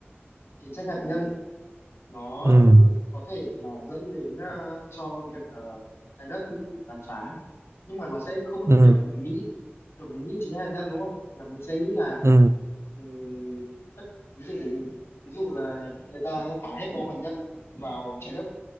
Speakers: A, on the left (about 80°); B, on the right (about 80°).
A: chính sách hạt nhân nó
B: ừ
A: cũng có thể là dẫn đến ờ, cho việc ờ, trái đất bị tàn phá nhưng mà nó sẽ không như
B: ừ
A: kiểu là mình nghĩ kiểu mình nghĩ chính là hạt nhân đúng không là mình sẽ nghĩ là
B: ừ
A: ừm, tất ví dụ ví dụ là người ta thả hết bom hạt nhân vào trái đất